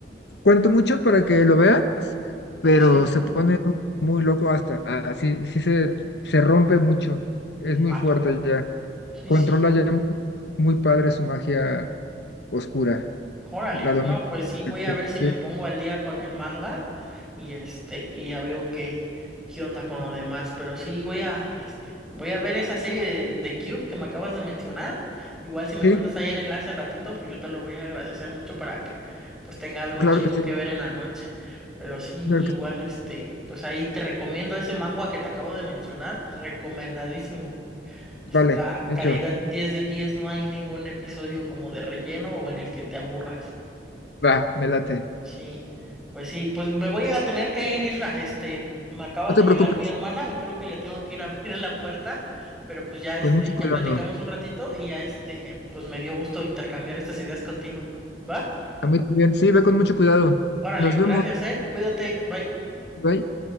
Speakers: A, on the left; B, in the centre.
A: cuento mucho para que lo veas, pero
B: sí, sí.
A: se pone muy loco hasta. Ah, sí, sí se, se rompe mucho. Es muy
B: ¿A
A: fuerte
B: poco?
A: ya.
B: Sí,
A: Controla
B: sí.
A: ya muy, muy padre su magia oscura.
B: Órale,
A: La domina.
B: no, pues sí, voy a ver si me
A: Sí,
B: pongo al día con el manga y este, y ya veo qué, qué onda con lo demás, pero sí voy a, este, voy a ver esa serie de, de Cube que me acabas de mencionar. Igual si me
A: sí,
B: mandas ahí el enlace al ratito, pues yo te lo voy a agradecer mucho para que pues tenga algo
A: claro
B: chido
A: que sí.
B: que ver en la noche. Pero sí,
A: Claro
B: igual
A: que sí.
B: este, pues ahí te recomiendo ese manga que te acabo de mencionar, recomendadísimo.
A: Vale,
B: Está
A: hecho.
B: calidad 10 de 10, no hay ningún episodio como de relleno o en el que te aburras.
A: Va, me late.
B: Sí, pues sí, pues me voy a tener que ir, Isra. Este, me acaba
A: No
B: de
A: te
B: llegar
A: preocupes,
B: mi hermana y creo que le tengo que ir a <laughs> abrir la puerta, pero pues ya este,
A: con mucho
B: ya
A: cuidado.
B: platicamos un ratito y ya este, pues me dio gusto intercambiar estas ideas contigo. ¿Va?
A: A mí también. Sí, ve con mucho cuidado.
B: Órale,
A: Nos vemos.
B: gracias, eh. Cuídate, bye.
A: Bye.